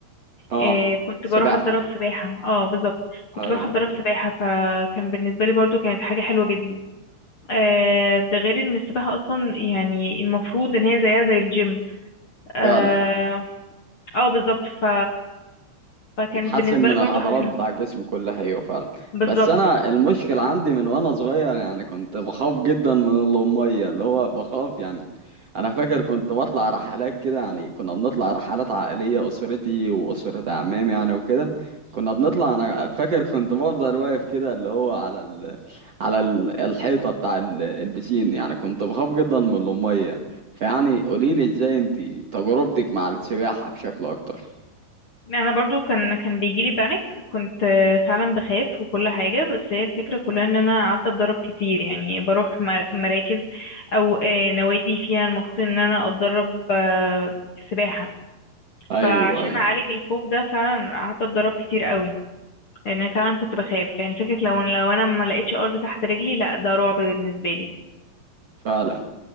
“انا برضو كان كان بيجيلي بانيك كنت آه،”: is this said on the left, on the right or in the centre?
Left